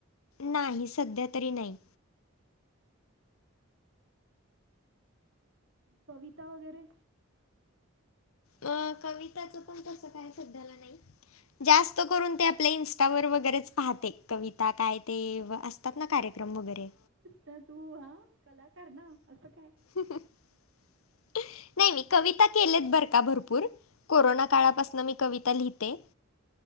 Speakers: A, on the left; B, on the right.
A: नाही सध्या तरी नाही.
B: कविता वगैरे.
A: अ कविताचं पण तसं, काय सध्याला नाही. जास्त करून, ते आपल्या इन्स्टावर वगैरेच पाहते. कविता काय ते, व असतात ना कार्यक्रम वगैरे.
B: तर तू हा कलाकार ना, असं काय.
A: नाही. मी कविता केलेत बरं का भरपूर. कोरोना काळापासून मी कविता लिहिते.